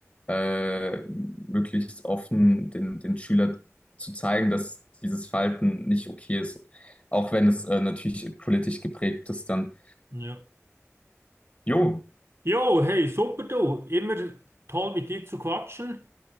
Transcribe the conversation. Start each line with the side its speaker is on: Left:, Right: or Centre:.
Left: äh, möglichst offen den, den Schüler zu zeigen, dass dieses Verhalten nicht okay ist. Auch wenn es äh, natürlich politisch geprägt ist, dann.
Right: Ja.
Left: Jo,
Right: Jo, hey, super du. Immer toll mit dir zu quatschen.